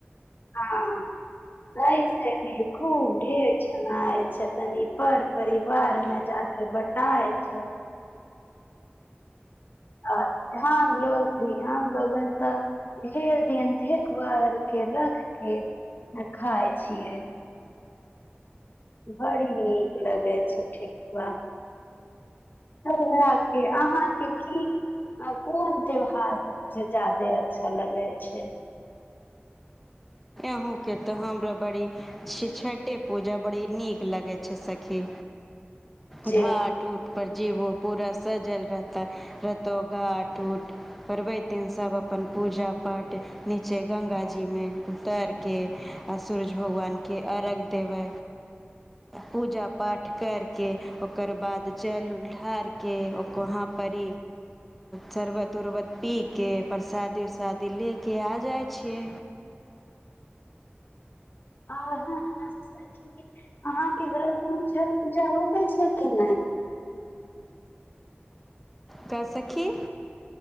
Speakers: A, on the left; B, in the centre.
A: हँ ऐसे भी खूब ढेर छनाइ छै तनि पर परिवार मे जााके बटाइ छै आ हम लोग भी हमलोगन तऽ भेर दिन ठेकुआ आरके रखके खााय छियै बड़ी नीक लगै छै ठेकुआ तएह अहाँके की कोन त्यौहार सबसे ज्यादे अच्छा लगै छै
B: अँहके तऽ हमरा बड़ी छठे पूजा बड़ी नीक लगै छै सखी
A: जी
B: घाट ऊट पर जीबो पूरा सजल रहत रहतौ घाट उट परबैतन सब अपन पूजा पाठ नीचे गङ्गाजीमे उतारे केऽ आ सूरज भगवानके अर्घ देबै पूजा पाठ करि कऽ ओकर बाद जल उल ढारि केऽ वहाँ पर शरबत उर्बत पी के परसादी उरसादी ले के आ जाइ छियै
A: आ अहाँके घरमे छठि पूजा होबै छै कि नहि
B: क्या सखी